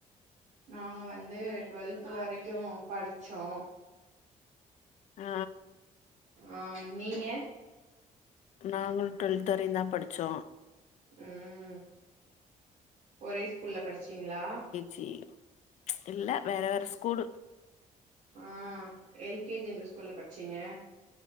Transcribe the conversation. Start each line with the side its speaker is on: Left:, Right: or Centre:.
Right: நாங்க வந்து டுவெல்த் வரைக்கு படிச்சோ
Left: ஆ
Right: ஆ நீங்க
Left: நாங்களு டுவெல்த் வரையு தா படிச்சோ
Right: ம் ஒரே ஸ்கூல்ல படிச்சீங்களா
Left: சீ இல்ல வேற வேற ஸ்கூல்
Right: ஆ எல் கே ஜி இந்த ஸ்கூ ஸ்கூல்ல படிச்சீங்க